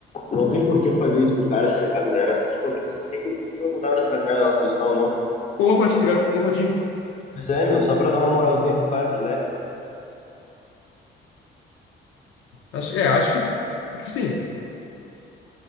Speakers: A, on the left; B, on the left.
A: não tem por que fazer isso com o cara, tá ligado? Era assim, pô, tipo assim, o que, que, o que que vai mudar na vida dela, ela postar ou não?
B: Pô, uma fotinha, tá ligado? Uma fotinha.
A: Pois é, meu, só pra dar uma moralzinha pro cara de leve.
B: Acho, é, acho que. Tipo assim.